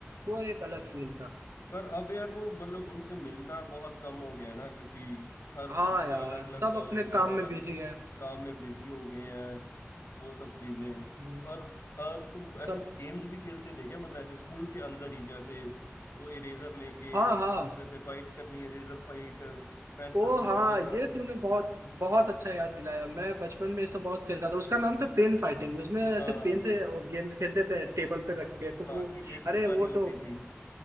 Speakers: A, on the right; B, on the left.
A: वो एक अलग फील था
B: पर अब यार वो मतलब उनसे मिलना बहुत कम हो गया है ना क्योंकि हर
A: हाँ
B: अपने
A: यार
B: अलग अलग
A: सब
B: कॉलेज
A: अपने
B: और
A: काम
B: अलग
A: में बिजी हैं
B: काम में बिजी हो गए हैं वो सब चीजें
A: हम्म,
B: और और तुम ऐसे
A: सब
B: कुछ गेम्स भी खेलते थे क्या मतलब ऐसे स्कूल के अंदर ही जैसे वो इरेजर लेके
A: हाँ
B: एक
A: हाँ
B: दूसरे से फाइट करनी इरेजर फाइट पेंसिल
A: ओ
B: से
A: हाँ
B: कर लेना
A: ये तूने बहुत बहुत अच्छा याद दिलाया मैं बचपन में ये सब बहुत खेलता था उसका नाम था पेन फाइटिंग उसमें ऐसे
B: हाँ
A: पेन से गेम्स खेलते थे टेबल पे रख के तो
B: हाँ
A: वो
B: कि एक
A: अरे
B: एक बारी
A: वो
B: होती
A: तो
B: थी